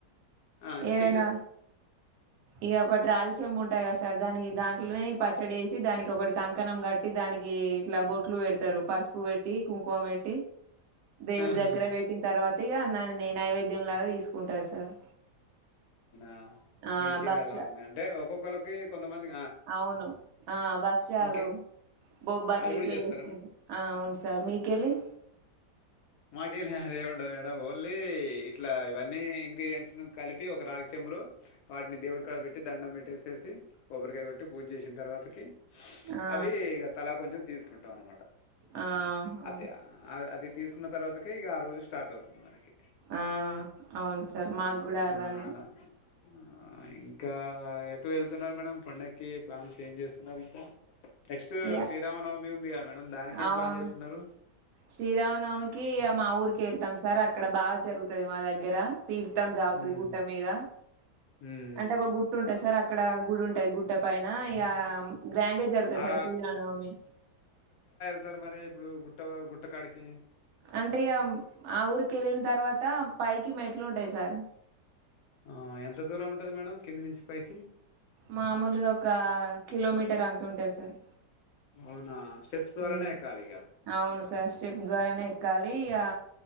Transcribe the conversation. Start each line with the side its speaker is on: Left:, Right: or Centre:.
Left: ఆ ఇంకేం
Right: ఏదైనా
Left: చేస్తారు
Right: ఇక ఒకరాగి చెంబు ఉంటాయి కదా సార్ దాని దాంట్లోనే పచ్చడి వేసి దాని ఒకటి కంకణం కట్టి దానికి ఇట్లా బొట్లు పెడతారు పసుపు పెట్టి కుంకుమ పెట్టి దేవుడి
Left: ఆహా
Right: దగ్గర పెట్టిన తర్వా తీగా నది నై నైవేద్యం లాగా తీసుకుంటారు సార్
Left: ఆ
Right: ఆ
Left: మీకు కిలా
Right: భక్ష
Left: ఎలా ఉంది అంటే ఒక్కొక్కళ్ళకి కొంతమంది
Right: అవును ఆ భక్ష్యాలు
Left: ఇంకే
Right: బొబ్బాట్లు
Left: అవి కూడా
Right: ఇట్లే
Left: చేస్తారా
Right: చేసు
Left: మేడం
Right: ఆ అవును సార్ మీకెళ్ళి
Left: మాకేం ఏమి ఉండదు మేడం ఓన్లీ ఇట్లా ఇవన్నీ ఇంగ్రీడియంట్స్ ను కలిపి పెట్టి ఒక రాగి చెంబులో వాటిని దేవుడి కాడా పెట్టి దండం పెట్టేసేసి కొబ్బరికాయ పెట్టి పూజ చేసిన తర్వాతకి
Right: ఆ
Left: అవి ఇగ తలా కొంచెం తీసుకుంటాం అన్నమాట
Right: ఆహా
Left: అది అది తీసుకున్న తర్వాతక ఇగ ఆ రోజు స్టార్ట్ అవుతుంది మనకి
Right: ఆ అవును సార్
Left: ఆ,
Right: మాకు కూడా అలానే
Left: ఆ, అలా ఆ ఇంకా ఎటు వెళ్తున్నారు మేడం పండగక్కి ప్లాన్స్ ఏం చేస్తున్నారు ఇంకా నెక్స్ట్
Right: ఇగ
Left: శ్రీరామనవమి ఉందిగా మేడం దానికి ఏం
Right: అవును
Left: ప్లాన్ చేస్తున్నారు
Right: శ్రీరామనవమికి మా ఊరికి వెళ్తాం సార్. అక్కడ బాగా జరుగుతుంది మా దగ్గర తీర్థం జాగుతుంది
Left: ఉమ్
Right: గుట్ట మీద
Left: ఉమ్
Right: అంటే ఒక గుట్ట ఉంటుంది సార్ అక్కడ గుడి ఉంటది గు ట్ట పైన ఇక గ్రాండ్ గా జరుగుతంది
Left: ఆ
Right: సార్ శ్రీరామనవమి.
Left: ఎక్కుతారు మరి ఇప్పుడు గుట్ట గుట్టకాడికి
Right: అంటే ఇగ ఆ ఊరికి వెళ్ళిన తర్వాత పైకి మెట్లు ఉంటాయి సార్
Left: ఆ ఎంత దూరం ఉంటంది మేడం కింది నుంచి పైకి
Right: మామూలుగా ఒక కిలోమీటర్ అంత ఉంటది సార్
Left: అవునా స్టెప్స్ ద్వారానే
Right: ఉ.
Left: ఎక్కాలి ఇక
Right: అవును సార్ స్టెప్ ద్వారానే ఎక్కాలి ఆ